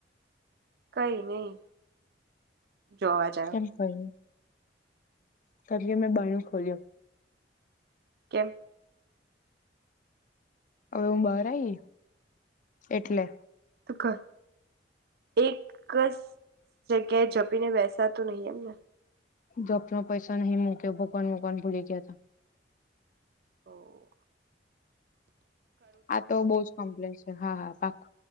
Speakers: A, on the right; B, on the left.
A: કઈ નહી. જો અવાજ આવ્યો
B: કેલપ એ <unintelligible> મેં બારણું ખોલ્યો
A: કેમ?
B: હવે હું બહાર આવીઈ એટલે.
A: તુ કર એક જ જગ્યાએ જપીને વેસાતું નહી એમને
B: જોપનો પૈસા નહીં મૂક્યો. ભગવાન ને મુકવાની ભૂલી ગય
A: ઓ
B: આ તો બઉુ જ કોમ્પ્લેક્સ છે હા હા પાકુ